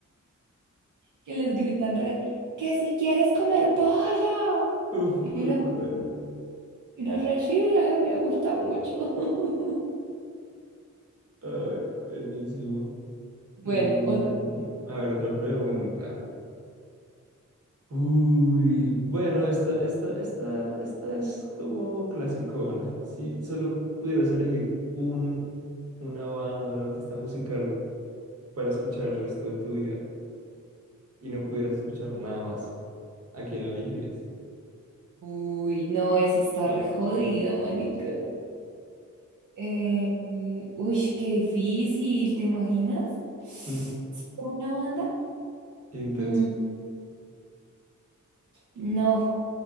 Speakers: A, on the right (about 80°); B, on the right (about 50°).
A: que les gritan re, que si quieres comer pollo.
B: Uf, muy
A: Y uno,
B: bueno.
A: y uno re, "Sí, ay, me gusta mucho. <laughs>
B: Ay, buenísimo.
A: Bueno,
B: Mm,
A: otra.
B: a ver, otra pregunta. Uy, bueno, esta, esta, esta, esta es como clasicona. Si solo pudieras elegir un, una banda, un artista musical para escuchar el resto de tu vida. y no pudieras escuchar nada más, ¿a quién elegirías?
A: Uy, no, esa está re jodida, marica. Eh, uy, qué difícil, ¿te imaginas?
B: Mm,
A: ¿Solo una banda?
B: intenso.
A: Mm, no,